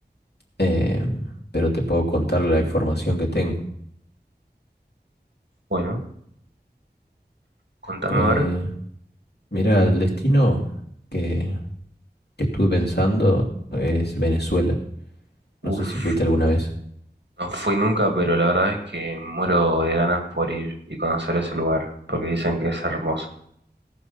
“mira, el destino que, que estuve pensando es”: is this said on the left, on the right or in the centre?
Left